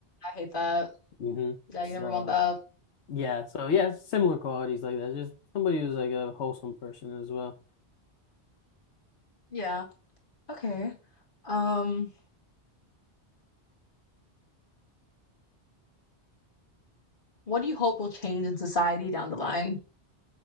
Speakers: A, on the left; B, on the left.
A: I hate that.
B: hmm
A: Yeah,
B: So
A: you never want that.
B: yeah, so yeah, similar qualities like that. Just somebody who's like a wholesome person as well.
A: Yeah. Okay. Um. What do you hope will change in society down the line?